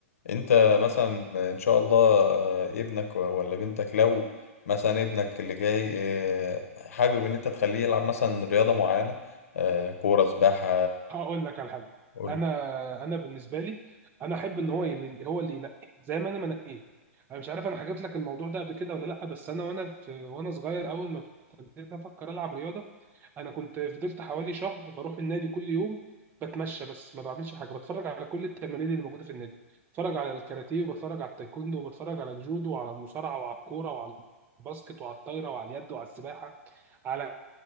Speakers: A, on the left; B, on the right.
A: انت مثلا آه، ان شاء الله آه، ابنك و- ولا بنتك لو مثلا ابنك اللي جاي آه، حابب ان انت تخليه يلعب مثلا رياضه معينه آه، كوره سباحه
B: هقول لك على حاجه
A: قول
B: انا انا بالنسبه لي انا احب ان هو يل- هو اللي ينقي زي ما انا ما نقيت انا مش عارف انا حكيت لك الموضوع ده قبل كده ولا لا بس انا وانا في وانا صغير اول ما ابتديت افكر العب رياضه انا كنت فضلت حوالي شهر بروح النادي كل يوم بتمشى بس ما بعملش حاجه بتفرج على كل التمارين اللي موجوده في النادي بتفرج على الكاراتيه وبتفرج على التايكوندو وبتفرج على الجودو وعلى المصارعه وعلى الكوره وعلى الباسكت وعلى الطايره وعلى اليد وعلى السباحه على